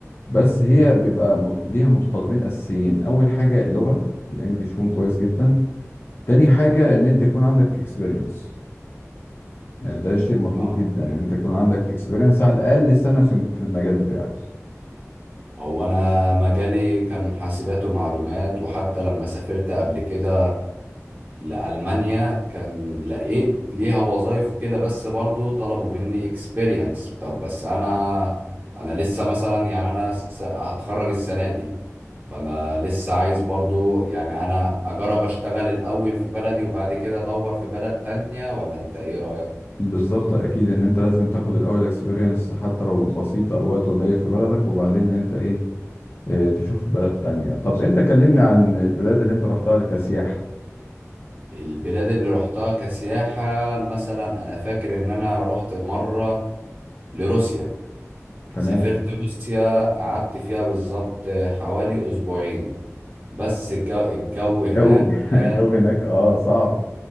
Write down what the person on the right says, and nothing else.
تمام
اه
تمام
هو أنا مجالي كان حاسبات ومعلومات وحتى لما سافرت قبل كده لألمانيا كان لقيت ليها وظايف وكده بس برضو طلبوا مني experience طب بس أنا أنا لسه مثلا يعني أنا س- هتخرج السنة دي فأنا لسه عايز برضو يعني أنا أجرب أشتغل الأول في بلدي وبعد كده أدور في بلد تانية ولا أنت إيه رأيك؟
البلاد اللي روحتها كسياحة مثلا أنا فاكر إن أنا روحت مرة لروسيا
سافرت روسيا قعدت فيها بالظبط حوالي أسبوعين بس الجو, الجو هناك
كان